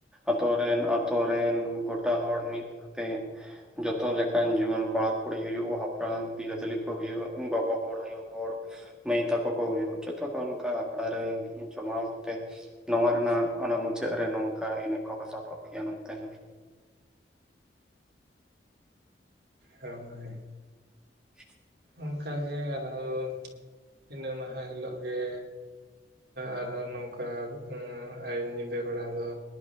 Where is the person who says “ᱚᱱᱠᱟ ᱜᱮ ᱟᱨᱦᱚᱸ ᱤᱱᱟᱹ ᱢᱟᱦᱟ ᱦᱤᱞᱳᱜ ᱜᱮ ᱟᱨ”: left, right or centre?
Right